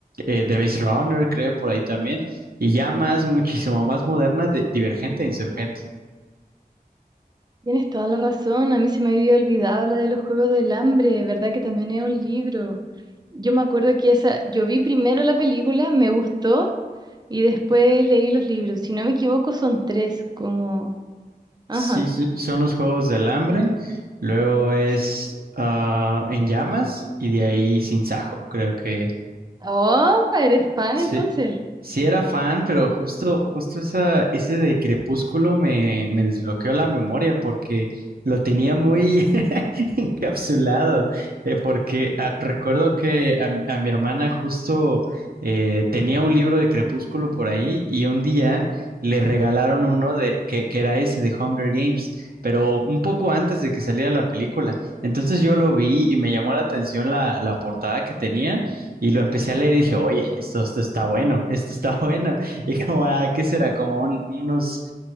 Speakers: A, on the right; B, on the right.
A: eh, The Maze Runner, creo por ahí también, y ya más, muchísimo más moderna, de- Divergente e Insurgente.
B: tienes toda la razón. A mí se me había olvidado la de los Juegos del Hambre, ¿verdad? Que también es un libro. Yo me acuerdo que esa, yo vi primero la película, me gustó y después leí los libros. Si no me equivoco, son tres, como...
A: Sí,
B: Ajá.
A: sí, son los Juegos del Hambre, luego es
B: Sí.
A: ah, En Llamas, y de ahí Sin Sajo, creo que
B: Oh, eres fan
A: Sí,
B: entonces.
A: sí era fan, pero justo, justo esa, ese de Crepúsculo me, me desbloqueó la memoria porque lo tenía muy <laughs> encapsulado, eh, porque ah, recuerdo que a, mi a mi hermana justo eh, tenía un libro de Crepúsculo por ahí y un día le regalaron uno de que, que era ese de Hunger Games, pero un poco antes de que saliera la película. Entonces yo lo vi y me llamó la atención la, la portada que tenía. Y lo empecé a leer y dije, oye, esto, esto está bueno, esto está <laughs> bueno. Y como, ah, ¿qué será? Como un- unos,